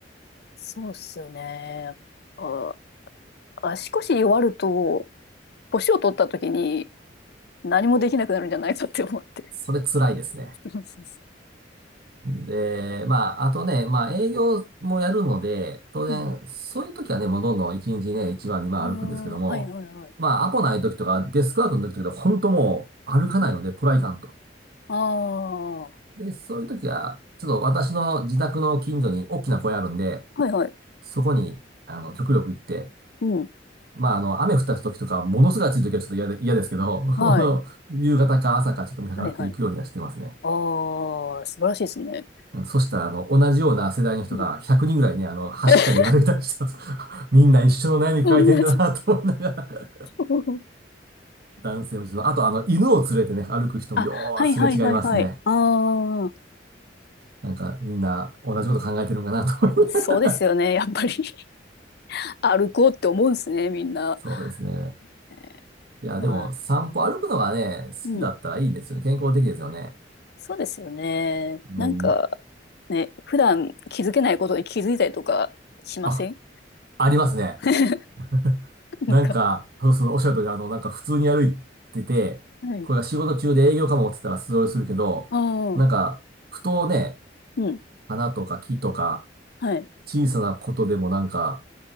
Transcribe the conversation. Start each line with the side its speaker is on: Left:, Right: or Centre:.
Left: そうっすよね。あ、足腰弱ると、年を取った時に何もできなくなるんじゃないかって思って。
Right: <laughs> それ辛いですね。
Left: <laughs> そうそうそ
Right: で、まあ、あとね、まあ、営業もやるので、当然、
Left: う。うん。
Right: そういう時はね、もうどんどん1日ね、1番、2番歩くんですけども、
Left: ああ、はいはいはい。
Right: まあ、アポない時とか、デスクワークの時とかで、本当もう歩かないので、
Left: はい。
Right: これはいかんと。
Left: ああ、は
Right: で、そういう時は、ちょっと私の自宅の近所に大きな公園あるんで、
Left: いはい。
Right: そこに、あの、極力行って、
Left: うん。
Right: まあ、あの、雨降った時とか、ものすごい暑い時はちょっと嫌で、嫌ですけど、<laughs>
Left: はい。
Right: あの、夕方か朝かちょっと見計らっていくようにはしてますね。
Left: はいはい。ああ、素晴らしいですね。
Right: うんそしたら、あの、同じような世代の人が100人ぐらいね、
Left: うん
Right: あの、走ったり歩いたりしてます。
Left: <laughs>
Right: <laughs> みんな一緒の悩み抱えてんだなと思いながら、
Left: 同じ今日。
Right: 男性もちょっと、あと、あの、犬を連れてね、歩く人もよーすれ違いますね。
Left: あ、はいはいはいはい。ああ、
Right: なんか、みんな同じこと考えてるんかなと思いながら
Left: そうですよね。やっぱり <laughs> 歩こうって思うんですね、みんな。
Right: <laughs> そうですね。
Left: え
Right: いや、
Left: ーまあ、
Right: でも、散歩歩くのがね、好きだったらいいですよね。
Left: うん。
Right: 健康的ですよね。
Left: そうですよね。
Right: あの、
Left: なんか、ね、普段気づけないことに気づいたりとかしません
Right: あ、ありますね。
Left: <laughs>
Right: <laughs>
Left: なんか、
Right: なんか、そうそう、おっしゃる通り、あの、なんか普通に歩いてて、
Left: はい。
Right: これが仕事中で営業かもって言ったら素通りするけど、
Left: ああ、
Right: なんか、ふとね、
Left: うん。
Right: 花とか木とか、
Left: はい。
Right: 小さなことでもなんか、